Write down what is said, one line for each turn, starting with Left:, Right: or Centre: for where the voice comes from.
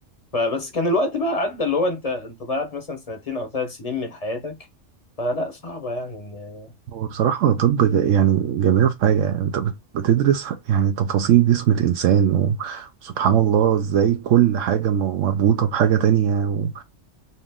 Left: فبس كان الوقت بقى عدى اللي هو انت انت ضيعت مثلا سنتين او ثلاث سنين من حياتك فلا صعبة يعني ان
Right: هو بصراحة طب ج- يعني جميلة في حاجة يعني انت بت- بتدرس يعني تفاصيل جسم الانسان و- وسبحان الله ازاي كل حاجة م- مربوطة بحاجة تانية و...